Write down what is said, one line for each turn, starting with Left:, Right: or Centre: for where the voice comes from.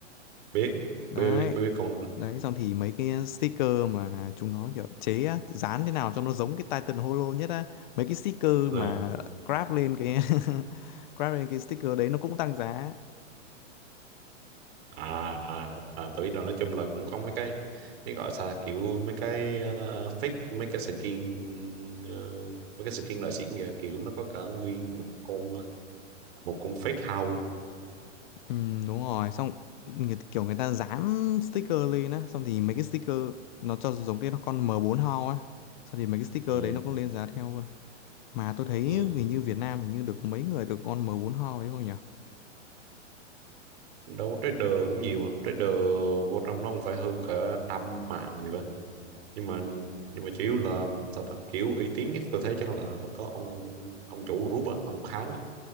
Right: biết
Left: đấy
Right: biết biết, biết biết con nó rồi
Left: đấy xong thì mấy cái sticker mà chúng nó kiểu chế á, dán thế nào cho nó giống cái Titan Holo nhất á mấy cái sticker
Right: Ờ.
Left: mà grab lên cái <laughs> grab lên cái sticker đấy nó cũng tăng giá
Right: à à, à tôi biết rồi nói chung là cũng có mấy cái cái gọi sao là kiểu mấy cái ờ, fake mấy cái skin ờ, mấy cái skin loại xịn kìa kiểu nó có cả nguyên một con ờ, một con fake house luôn
Left: ừ, đúng rồi xong người, kiểu người ta dán sticker lên á xong thì mấy cái sticker nó cho giống cái con m bốn Hao á xong thì mấy cái sticker
Right: ừ
Left: đấy nó cũng lên giá theo luôn mà tôi thấy
Right: ừ
Left: hình như Việt Nam hình như được có mấy người được con m bốn Hao đấy thôi nhỉ
Right: đâu trader cũng nhiều mà trader vô trong nó cũng phải hơn cả trăm mạng gì đó nhưng mà nhưng mà chủ yếu là sao ta kiểu uy tín nhất tôi thấy chắc là có ông ông chủ group á ông Kháng á